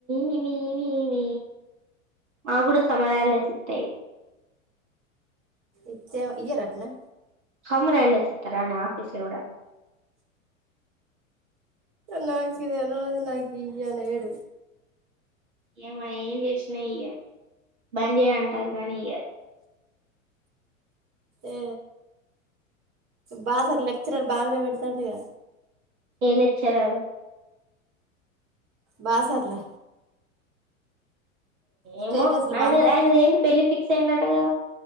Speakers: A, on the right; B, on the right.
A: మమమ మా కూడా సమాధలుసిత్తాయిపు
B: ఇతే ఇయరటనా
A: సమ్మర్ హాలిడేస్ ఇత్తరనే ఆఫీస్ లో కూడా
B: నాకు తెల్వదు నాకు ఇయ్య అని ఏడు
A: ఏమో ఏం చేసినా ఇయ్యారు బంద్ చేయ అంటారు కానీ ఇయ్యారు
B: ఏ బాస్ సార్ లెక్చరర్ బాగానే పెడతాడిగా
A: ఏ లెక్చరర్
B: బాసర్ల స్టేటస్లు
A: ఏమో ఆయన
B: బాగానే
A: ఆయన ఏంది పెళ్ళి ఫిక్స్ అయిందటా కదా